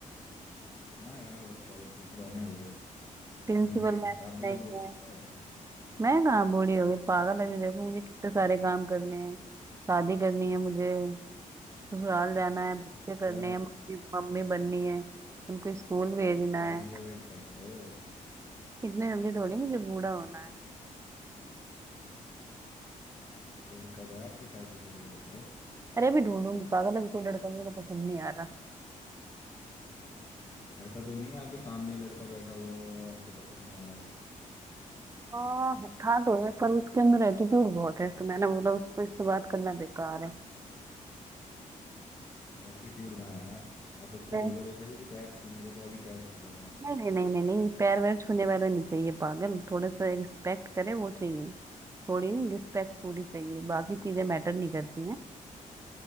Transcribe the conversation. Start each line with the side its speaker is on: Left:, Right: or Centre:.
Left: हाँ यार और क्या वो तो पुराने हो गए अब
Right: प्रिंसिपल
Left: हम भी
Right: मैम
Left: आप भी
Right: नहीं
Left: तो बूढ़े
Right: है
Left: हो गए अब
Right: मैं कहाँ बूढ़ी हो गई पागल अभी देखो मुझे कितने सारे काम करने हैं शादी करनी है मुझे ससुराल जाना है बच्चे
Left: अच्छा
Right: करने हैं मम्मी मम्मी बननी है उनको स्कूल भेजना
Left: शादी
Right: है
Left: का वेट कर रहे हो
Right: इतने जल्दी थोड़ी मुझे बूढ़ा होना है
Left: फिर कब है आपकी शादी फिर ये बताओ
Right: अरे अभी ढूंढूंगी पागल अभी कोई लड़का मेरे को पसंद नहीं आ रहा
Left: ऐसा तो नहीं है आपके सामने ही लड़का बैठा हुआ हो और आपको पसंद ना आ रहा हो
Right: हाँ है- था तो है पर उसके अंदर एटीट्यूड बहुत है तो मैंने बोला उसको इससे बात करना बेकार है
Left: एटीट्यूड कहाँ है यार आप उसको
Right: मैं-
Left: बोलो तो सही कि पैर छू मेरे तो अभी पैर छूटेगा आपके
Right: नहीं नहीं नहीं नहीं नहीं पैर वैर छूने वाला नहीं चाहिए पागल थोड़ा सा रिस्पेक्ट करे वो चाहिए थोड़ी नहीं रिस्पेक्ट पूरी चाहिए बाकी चीजें मैटर नहीं करती हैं